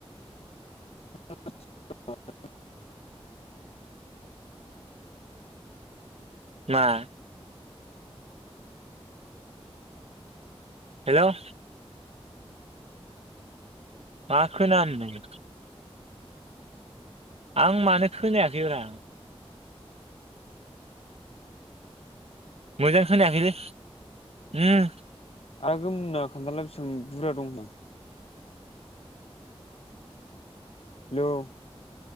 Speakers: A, on the left; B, on the right.
A: <unintelligible>
B: मा? हेल'। मा खोनानो मोनो। आं मानो खोनायाखैब्रा? मोजां खोनायाखैलै ओम।
A: आगोममोनना खान्थाला बिसां बुरा दं होनदों? ल'।